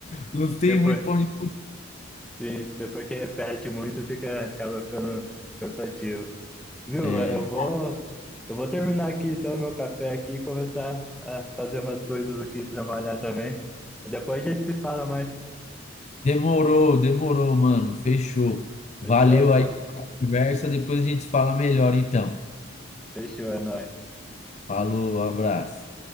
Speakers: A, on the left; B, in the centre.
A: não tem
B: <laughs> Depois,
A: muito pra onde.
B: Sim, depois que repete muito, fica, acaba ficando cansativo. Viu?
A: É,
B: Mas Eu vou, eu vou terminar aqui então meu café aqui e começar a fazer umas coisas aqui, trabalhar também. Depois a gente se fala mais.
A: demorou, demorou, mano. Fechou. Valeu
B: Fechou, pô?
A: aí pela conversa. Depois a gente fala melhor, então.
B: Fechou, é nóis.
A: Falou, abraço.